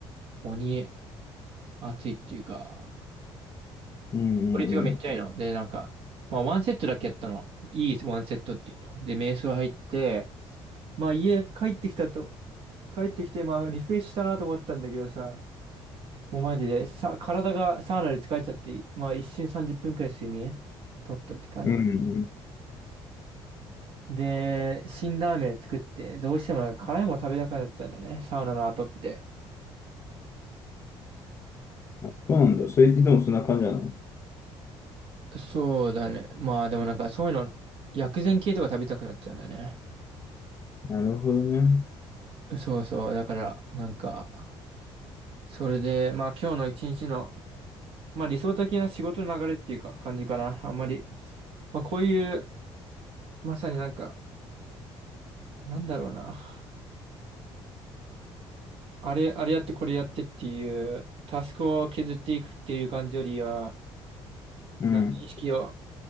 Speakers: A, on the right; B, on the left.
A: 鬼、熱いっていうか、
B: うんう
A: 効率がめっちゃいいの。
B: んうん。
A: で、なんか、まあ、ワンセットだけやったの。いいワンセットっていうの。で、瞑想入って、まあ、家帰ってきたと、帰ってきて、まあ、リフレッシュしたなと思ったんだけどさ、もうマジで、さ、体がサウナで疲れちゃって、まあ、一瞬30分くらい睡眠取ったって感じだ。
B: うんうん
A: で、辛ラーメン作って、どうしてもなんか辛いもの食べたくなっちゃうんだよね、サウナの後って。
B: そうなんだ。それ、いつもそんな感じなの
A: そうだね。まあ、でもなんか、そういうの、薬膳系とか食べたくなっちゃうんだよね。
B: なるほどね。
A: そうそう。だから、なんか、それで、まあ今日の一日の、まあ理想的な仕事の流れっていうか感じかな。あんまり、まあこういう、まさになんか、なんだろうな。あれ、あれやってこれやってっていう、タスクを削っていくっていう感じよりは、
B: うん。
A: なんか意識を、